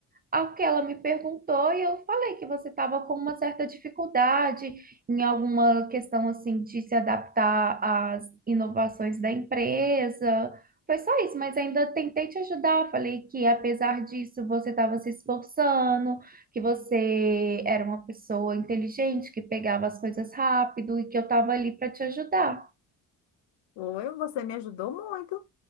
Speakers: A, on the right; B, on the left.
A: ao que ela me perguntou e eu falei que você estava com uma certa dificuldade, em alguma questão assim de se adaptar às inovações da empresa. Foi só isso, mas ainda tentei te ajudar. Falei que apesar disso você estava se esforçando, que você era uma pessoa inteligente, que pegava as coisas rápido e que eu estava ali para te ajudar.
B: Oi, você me ajudou muito.